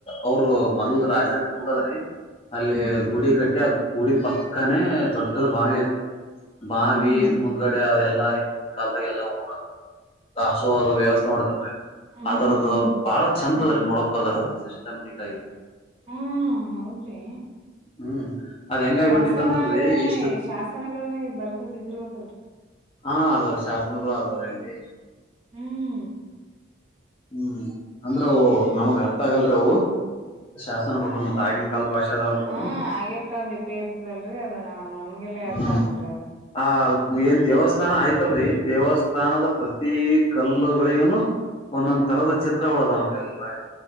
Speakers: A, on the left (about 30°); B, on the right (about 30°).
A: ಅವರು ಮೊದ್ಲ್ ರಾಜರ ಕಟ್ಟ ಬೇಕಾದ್ರಿ ಅಲ್ಲಿ
B: ಹ್ಮ್
A: ಗುಡಿ ಕಟ್ಟಿ ಆ ಗುಡಿ ಪಕ್ಕಾನೇ ದೊಡ್ಡದ ಬಾವಿ ಐತ್ರಿ ಅದು ಬಾವಿ
B: ಹ್ಮ್ ಹ್ಮ್
A: ಮುಂದ್ಗಡೆ ಅ ಎಲ್ಲಾ ಕಾಲದಾಗ ಎಲ್ಲವು ಹಸುವಾದವರಿಗೆ ವ್ಯವಸ್ಥೆ ಮಾಡ್ತ
B: ಹ್ಮ್
A: ಅದರದ್ದು
B: ಹ್ಮ್ ಹ್ಮ್ ಹ್ಮ್ ಹ್ಮ್
A: ಬಹಳ ಚಂದ
B: ಹ್ಮ್
A: ಅದ್ರೀ ನೋಡ್ಬೇಕದ್ರಾ <unintelligible>
B: ಹಹ್ಮ್ ಹೌದ್ರಿ
A: ಹ್ಮ್ ಅದ್ ಹೆಂಗ್
B: ಶಾಸನ
A: ಆಗ್ಬಿಟ್ಟಿತ್ ಅಂದ್ರರಿ
B: ಅವೇನ
A: ಇಷ್ಟು
B: ಶಾಸನಗಳನ್ನ ಬರ್ದದ ಇದ್ರಬೇಕಲ್ರ
A: ಹಾ ಅದವ್ರೆ ಶಾಸನಗಳು ಅದವ್ರು ಅಲ್ಲಿ
B: ಹ್ಮ್
A: ಹ್ಮ್ ಅಂದ್ರ ಅವು ನಮಗ್ ಅರ್ಥ ಆಗಲ್ರರಿ ಅವು ಶಾಸನಗಳು
B: ಹ್ಮ
A: ಮತ್ ಆಗಿನ ಕಾಲದ ಭಾಷೆ ಅದಾವಲ್ರಿ
B: ಹಾ
A: ಅವು
B: ಆಗಿನ್ ಕಾಲದ್ದು ಲಿಪಿ ಇರ್ತದಲ್ರಿ ಅದ ನ ನಮ್ಗೆಲ್ಲಾ
A: ಹ್ಮ್
B: ಅರ್ಥಬೇಕು ರದು
A: ಆ ಏನ್ ದೇವಸ್ಥಾನ ಆಯ್ತಲ್ರಿ ದೇವಸ್ಥಾನದ ಪ್ರತಿ ಕಲ್ಲುಗಳಿಗನು ಒಂದೊಂದ್ ತರದ ಚಿತ್ರಗಳಗಳುದಾವ ನೋಡ್ರಿ ಎಲ್ಲ